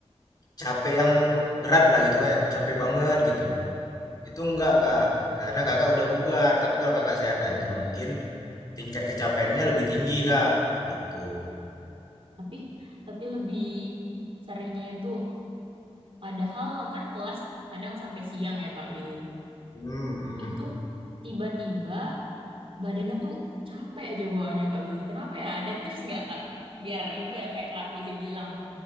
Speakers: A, on the left (about 35°); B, on the right (about 55°).
A: capek yang berat lah gitu, kayak capek banget gitu. Itu enggak kak, karena kakak udah bugar. Tapi kalau kakak sehat aja mungkin tingkat kecapeannya lebih tinggi kak, gitu.
B: tapi tapi lebih seringnya itu padahal kan kelas kadang sampai siang ya Kak Willy
A: Hmm, hmm,
B: itu tiba-tiba badannya tuh capek aja bawaannya Kak Willy kenapa ya ada tips nggak Kak biar itu yang kayak Kak Willy bilang